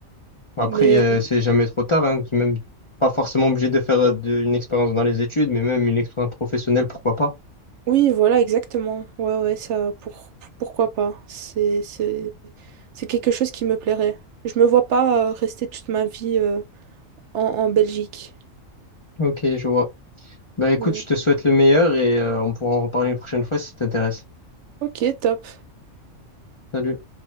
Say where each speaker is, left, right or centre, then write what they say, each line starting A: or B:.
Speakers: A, on the left; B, on the right.
A: Bon, Après,
B: mais
A: euh,
B: euh,
A: c'est jamais trop tard, hein. C'est Même pas forcément obligé de faire euh, de- une expérience dans les études, mais même une expérience professionnelle, pourquoi pas.
B: oui, voilà, exactement. Ouais, ouais, ça, pour, pourquoi pas? C'est, c'est, c'est quelque chose qui me plairait. Je me vois pas euh, rester toute ma vie euh, en, en Belgique.
A: Ok, je vois. Bah écoute,
B: Ouais.
A: je te souhaite le meilleur et euh, on pourra en reparler une prochaine fois si ça t'intéresse.
B: Ok, top.
A: Salut.